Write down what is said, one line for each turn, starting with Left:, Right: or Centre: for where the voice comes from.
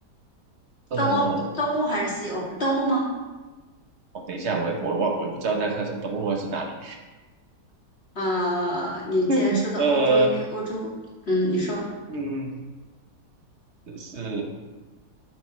Right: 呃。
Left: 东欧，东欧还是西欧？东欧吗？
Right: 哦，等一下，我我我我也不知道那它是东路还是哪里。
Left: 啊，你既然说到欧洲，
Right: <laughs> 呃，
Left: 因为欧洲，嗯，你说
Right: 嗯，是，